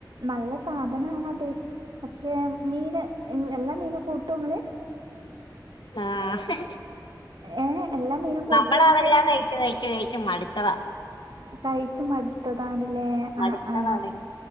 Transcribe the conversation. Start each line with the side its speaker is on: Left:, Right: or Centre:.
Right: നല്ല സാധനാണത്. പക്ഷെ മീന് എഹ് എല്ലാ മീനും കൂട്ടോങ്ങള്.
Left: ആഹ്
Right: ഏ എല്ലാ മീനും കൂട്ടോയ്ക്കാ
Left: നമ്മളതെല്ലാം കയിച്ച്, കയിച്ച്, കയിച്ച് മട്ത്തതാ.
Right: കഴിച്ച് മടുത്തതാണ്ല്ലേ.
Left: മടുത്തതാണ്
Right: അഹ്, ആഹ്,